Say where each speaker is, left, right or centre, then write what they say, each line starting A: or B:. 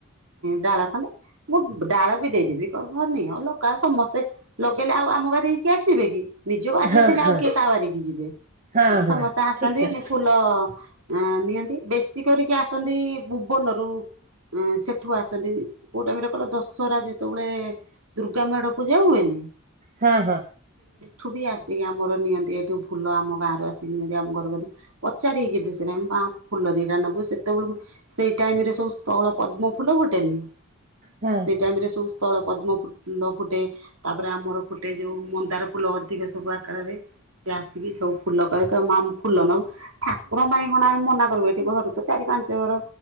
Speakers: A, on the right (about 75°); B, on the right (about 35°).
A: ଡାଳ ଖଣ୍ଡେ? ମୁଁ ଡାଳ ବି ଦେଇଦେବି ହଁ, ନିଅ ଲଗାଅ ସମସ୍ତେ ଲଗେଇଲେ ଆଉ ଆମ ଘରେ ହେଇକି କିଏ ଆସିବେ କି? ନିଜ ବାରିରେ
B: ହଁ
A: ଥିଲେ ଆଉ
B: ହଁ
A: କିଏ କାହା ବାରିକି ଯିବେ?
B: ହଁ
A: ଏ ସମସ୍ତେ
B: ହଁ
A: ଆସନ୍ତି
B: ଠିକ କଥା
A: ଏମିତି ଫୁଲ ଆ ନିଅନ୍ତି ବେଶୀ କରିକି ଆସନ୍ତି ଭୁବନରୁ ସେଠୁ ଆସନ୍ତି। କୋଉ ଟାଇମ ରେ କହିଲ? ଦଶହରା ଯେତେବେଳେ ଦୁର୍ଗା ମେଢ ପୂଜା ହୁଏନି।
B: ହଁ, ହଁ।
A: ଠୁ ବି ଆସିକି ଆମର ନିଅନ୍ତି, ଏଇଠୁ ଫୁଲ ଆମ ଗାଁ ରୁ ଆସିକି ନିଅନ୍ତି। ଆମ ଘରକତି ପଚାରିକି କିନ୍ତୁ ସେନା ମା ଫୁଲ ଦିଟା ନେବୁ, ସେତେବେଳକୁ, ସେଇ ଟାଇମ୍ ରେ ସବୁ ସ୍ଥଳ ପଦ୍ମ ଫୁଲ ଫୁଟେନି।
B: ହଁ
A: ସେଇ ଟାଇମ୍ ରେ ସବୁ ସ୍ଥଳ ପଦ୍ମପୁତ ଫୁଲ ଫୁଟେ, ତାପରେ ଆମର ଫୁଟେ ଯୋଉ ମନ୍ଦାର ଫୁଲ ଅଧିକ ସବୁ ଆକାରରେ। ସେ ଆସିକି ସବୁ ଫୁଲ କହିବେ କ ମା ଫୁଲ ନବୁ ଠାକୁର ପାଇ କଣ ଆମେ ମନା ଠିକ ଘରୁ ତ ଚାରି ପାଞ୍ଚ ଘର